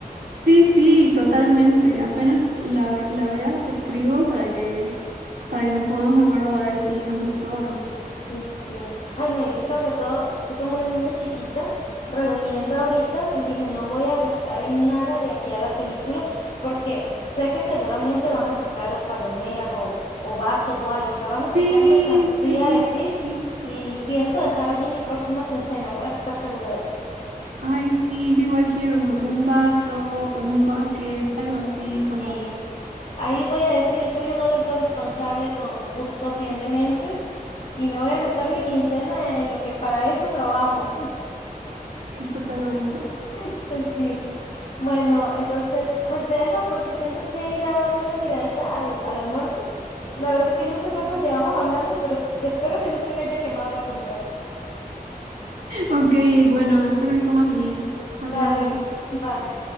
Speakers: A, on the right; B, on the left.
A: Sí, sí, totalmente. Apenas la, ve- la vea, te escribo para que, para que nos pongamos de acuerdo a ver si nos gustó o no.
B: Y sí, ay no, y yo sobre todo, yo estoy como una niña chiquita reuniendo ahorita y dije, no voy a gastar en nada de aquí a la película porque sé que seguramente van a sacar o palomeras o, o vasos o algo, o sea, van a sacar
A: Sí,
B: mercancía
A: sí,
B: de Stitch
A: sí. sí.
B: y pienso dejar allí mi próxima quincena, puedes estar segura de eso.
A: Ay, sí, yo igual quiero como que un vaso, un bucket, algo así, como...
B: Y ahí voy a decir, soy un adulto responsable con gustos bien dementes y me voy a gastar mi quincena en lo que para eso trabajo.
A: Sí, totalmente.
B: <laughs> Sí. Bueno, entonces, bueno, te dejo porque tengo que ir a darle una miradita al, al almuerzo. La verdad es que no sé cuántos llevamos hablando, pero espero que no se me haya quemado la comida.
A: Ok, bueno, espero que comas bien. Hablamos.
B: Vale, bye.